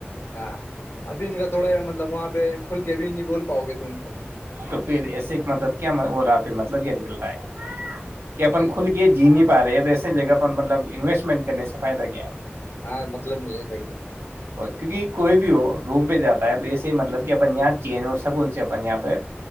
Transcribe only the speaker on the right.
تو پھر ایسے ایک مطلب کیا ہو رہا پھر مطلب کیا نکل رہا ب کہ
اپن
کھل کے جی نہیں پا رہے ا ایسے جگہ پر مطلب انویسٹمنٹ کرنے سے فائدہ کیا ہے
کیونکہ کوئی بھی ہو روم پہ جاتا تو ایے ہی مطلب کہ اپنے یہاں چینج ہو سک ان سے اپ یہاں پہ